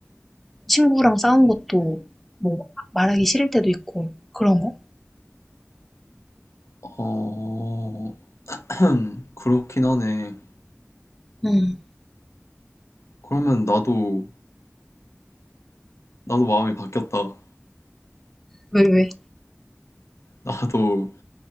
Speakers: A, in the centre; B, on the left.
A: 친구랑 싸운 것도 뭐 말하기 싫을 때도 있고, 그런 거?
B: 어, 음, 그렇긴 하네.
A: 응.
B: 그러면 나도, 나도 마음이 바뀌었다.
A: 왜, 왜?
B: 나도